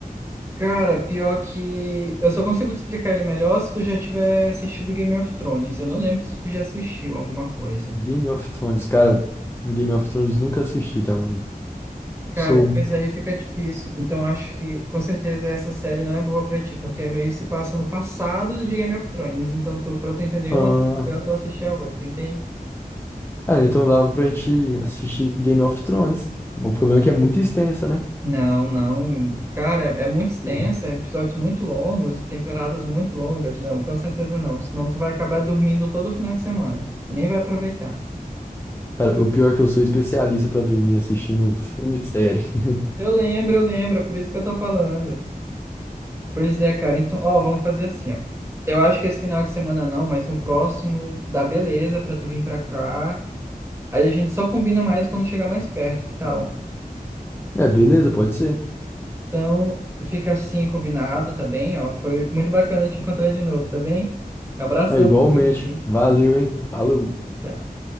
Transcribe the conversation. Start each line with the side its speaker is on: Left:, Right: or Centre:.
Right: Cara, pior que. Eu só consigo te explicar ele melhor se tu já tiver assistido Game of Thrones. Eu não lembro se tu já assistiu alguma coisa.
Left: Game of Thrones, cara, Game of Thrones nunca assisti também.
Right: Cara,
Left: Sou,
Right: pois aí fica difícil. Então acho que com certeza essa série não é boa pra ti, porque meio se passa no passado de Game of Thrones. Então tu, para tu entender
Left: ah,
Right: uma, é legal tu assistir a outra, entende?
Left: cara, então dava pra gente assistir Game of Thrones. O problema é que é muito extensa, né?
Right: Não, não. Cara, é muito extensa,
Left: Sim.
Right: episódios muito longos, temporadas muito longas. Não, com certeza não. Senão tu vai acabar dormindo todo final de semana e nem vai aproveitar.
Left: Cara, o pior é que eu sou especialista pra dormir assistindo filme e série. <laughs>
Right: Eu lembro, eu lembro, é por isso que eu tô falando. Pois é, cara. Então, ó, vamos fazer assim, ó. Eu acho que esse final de semana não, mas no próximo dá beleza pra tu vir pra cá. Aí a gente só combina mais quando chegar mais perto, que tal?
Left: É, beleza, pode ser.
Right: Então, fica assim combinado, tá bem? Ó, foi muito bacana te encontrar de novo, tá bem? Abração
Left: É igualmente.
Right: pra ti.
Left: Valeu, hein? Falou.
Right: Tchau.